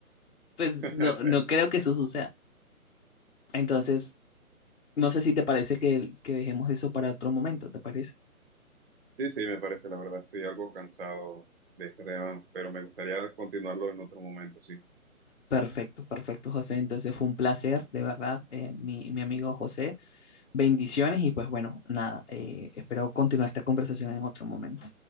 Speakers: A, on the left; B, on the right.
A: Pues
B: <laughs>
A: no, no creo que eso suceda. Entonces, no sé si te parece que, que dejemos eso para otro momento, ¿te parece?
B: Sí, sí, me parece, la verdad, estoy algo cansado de este tema, pero me gustaría continuarlo en otro momento, sí.
A: Perfecto, perfecto, José. Entonces fue un placer, de verdad, eh, mi, mi amigo José. Bendiciones y pues bueno, nada, eh, espero continuar esta conversación en otro momento.